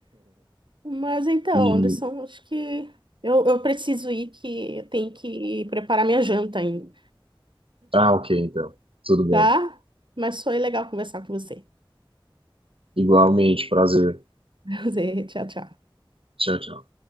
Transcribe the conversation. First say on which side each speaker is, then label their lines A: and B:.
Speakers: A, on the right; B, on the right.
A: Mas então,
B: E.
A: Anderson, acho que eu, eu preciso ir, que eu tenho que preparar minha janta ainda,
B: Ah, ok, então. Tudo bem.
A: tá? Mas foi legal conversar com você.
B: Igualmente, prazer.
A: <laughs> Tchau, tchau.
B: Tchau, tchau.